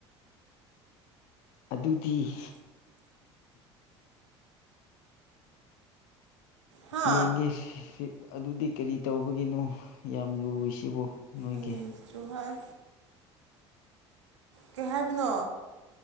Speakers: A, on the left; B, on the right.
A: ꯑꯗꯨꯗꯤ <inaudible>
B: ꯍꯥ
A: ꯌꯦꯡꯒꯦ ꯑꯗꯨꯗꯤ ꯀꯔꯤ ꯇꯧꯕꯒꯤꯅꯣ ꯌꯥꯝ ꯂꯨꯏ ꯁꯤꯕꯨ ꯅꯣꯏꯒꯤ
B: ꯑꯩꯁꯨ ꯍꯥꯏ ꯀꯩ ꯍꯥꯏꯕꯅꯣ